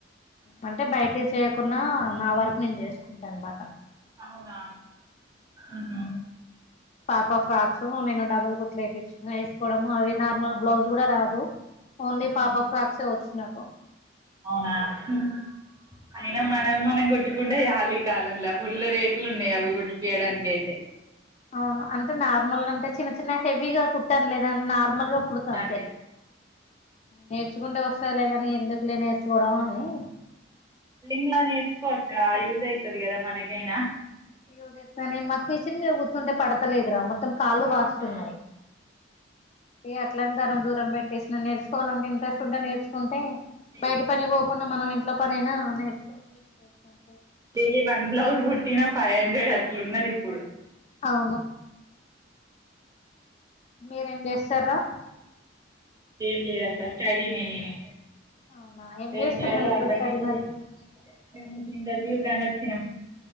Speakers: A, on the left; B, on the right.
A: అంటే బయటి చేయకుంన్నా నా వరకు నేను చేసుకుంటా అనమాట
B: అవునా ఉహు
A: పాప ఫ్రాక్స్ నేను డబుల్ కుట్లు వయి వేసుకోవడము అవి నార్మల్ బ్లౌజ్ కూడా రాదు ఓన్లీ
B: ఉమ్.
A: పాపకు ఫ్రాక్సే వచ్చునకు
B: అవునా ఉమ్ అయినా మనవి మనం కొట్టు కుంటాయిచాలీ కాలంలో ఫుల్ రేట్లు ఉన్నాయి అవి గుట్టిపియడానికి అయితే
A: అవును అంటే నార్మల్ గా అంటే చిన్న చిన్న హెవీగా కుట్టానులే నార్మల్ గా కుడతా అంతే
B: అది
A: నేర్చుకుంటే వస్తయిలే కాని ఎందుకులే నేర్చుకోవడం అని
B: నిమ్లగ నేర్చుకో అక్క యూస్ అయితది గదా మనకైనా
A: యోజస్తానే మాకు పెసరు మీరు కూర్చుంటే పడతలేదు రా మోత్ మొత్తం కాళ్ళు
B: అవునా
A: వాస్తున్నాయి ఇగ ఎట్లాంత తన దూరం పెట్టేసిన నేర్చుకోలంటే ఇంటెస్ట్ ఉంటే నర్చుకుంటే
B: నేర్చుకుంటావా?
A: బయట పని పోకుండా మనం ఇంట్లో పనైనా నేర్చకోచ్చ
B: ఇ వన్ బ్లౌజ్ పుట్టిన ఫైవ్ హండ్రెడ్ అట్లున్నది ఇప్పుడు
A: అవును మీరేం చేస్తారా
B: ఏం లేదక్క స్టడీ నే నేనే
A: అవునా
B: ఏం
A: చేస్తున్నావు
B: జేయాలో
A: ఇప్పుడు
B: అర్ధంగా
A: స్టడీ
B: <unintelligible>
A: మరి
B: రివ్యూ కని వచ్చిన